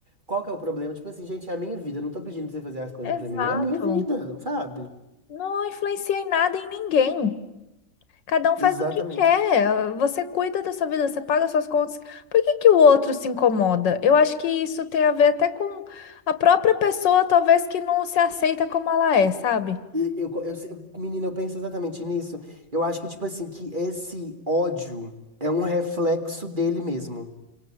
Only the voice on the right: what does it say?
qual que é o problema. Tipo assim, gente, é a minha vida, eu não tô pedindo pra você fazer as coisas
pra mim, é a minha vida, sabe?
Exatamente.
E eu, co- eu, menina, eu penso exatamente nisso. Eu acho que, tipo assim, que esse ódio é um reflexo dele mesmo.